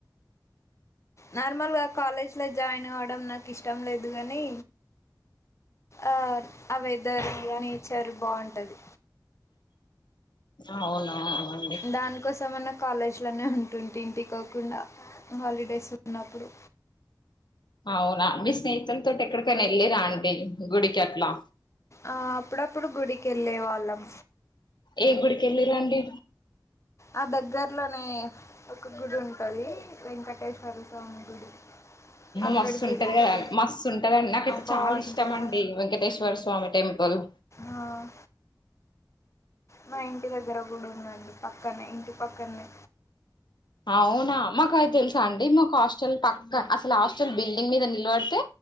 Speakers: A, on the left; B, on the left.
A: నార్మల్గా కాలేజ్లో జాయిన్ గావడం నాకు ఇష్టం లేదు కానీ ఆ ఆ వెదర్ ఆ నేచర్ బాంటది
B: అవునా అవునండి
A: దానికోసంమన్నా కాలేజ్ లోనే ఉంటుంటి ఇంటికోకుండా హాలిడే సున్నప్పుడు
B: అవునా మీ స్నేహితుల్ తోటెఎక్కడికైనా వెళ్ళిరా అండి గుడికి అట్లా
A: ఆ అప్పుడప్పుడు గుడికెళ్ళే వాళ్ళం
B: ఏ గుడికెళ్ళిరండి
A: ఆ దగ్గర్లోనే ఒక గుడుంటది వెంకటేశ్వర స్వామి గుడి అక్కడికి
B: మస్తు ఉంటది
A: వెళ్ళినాం
B: కదా మస్తు ఉంటదండి నాకైతే
A: బాగుంటుంది
B: చాలా ఇష్టం అండి వెంకటేశ్వర స్వామి టెంపు ల్
A: ఆ మా ఇంటి దగ్గర ఓ గుడుందండి పక్కనే ఇంటి పక్కల్నే
B: అవునా మాకు అయి తెలుసా అండి మాకాహాస్టల్ పక్క అసలాస్టల్ బిల్డింగ్ మీద నిలబడితే